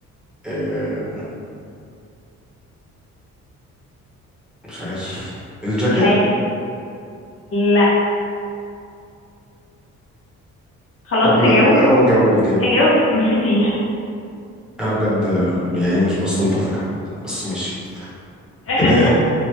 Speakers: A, in the centre; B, on the left.
A: آه مش عارف الجاكيت
B: مش عارف لا خلاص
A: طب لا
B: اجاوب
A: اه جاوبي جاوبي
B: اجاوب مفاتيح
A: انا بجد آه، يعني مش بستلطفك عامة بس ماشي
B: <laughs>
A: آه